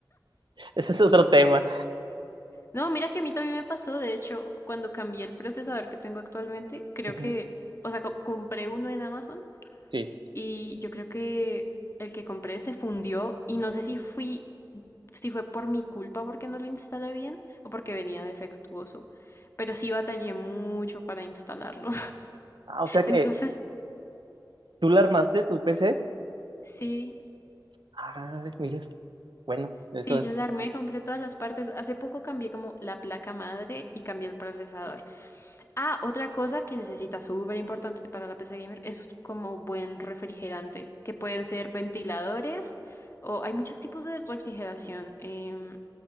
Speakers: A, on the right (about 85°); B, on the left (about 35°).
A: <laughs> ese es otro tema.
B: No, mira que a mí también me pasó. De hecho, cuando cambié el procesador que tengo actualmente, creo
A: <laughs> Ujú,
B: que, o sea, co- compré uno en Amazon
A: Sí.
B: y yo creo que el que compré se fundió y no sé si fui, si fue por mi culpa porque no lo instalé bien o porque venía defectuoso. Pero sí batallé mucho para instalarlo.
A: Ah, o sea que,
B: Entonces,
A: ¿tú la armaste, tu PC?
B: sí,
A: Ah, mira, bueno, eso
B: sí,
A: es.
B: yo la armé, compré todas las partes. Hace poco cambié como la placa madre y cambié el procesador. Ah, otra cosa que necesita súper importante para la PC gamer es como buen refrigerante, que pueden ser ventiladores o hay muchos tipos de refrigeración. em,